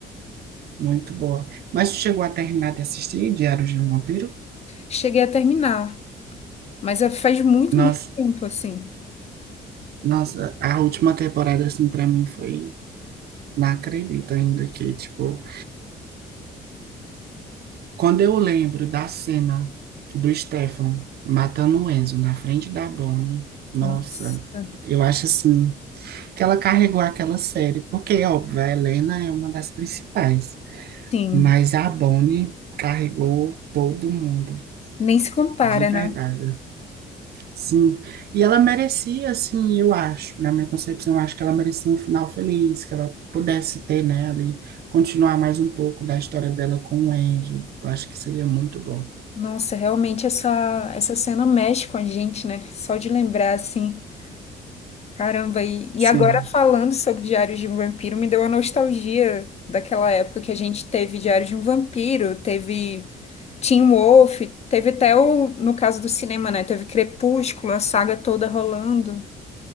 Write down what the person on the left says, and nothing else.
Cheguei a terminar, mas é- faz muito,
muito tempo assim.
Nossa.
Sim,
nem se compara,
né?
Nossa, realmente essa, essa cena mexe com a gente, né? Só de lembrar, assim. Caramba, e, e
agora falando sobre Diários de um Vampiro, me deu uma nostalgia daquela época que a gente teve Diários de um Vampiro, teve Teen Wolf, teve até o, no caso do cinema, né? Teve Crepúsculo, a saga toda rolando.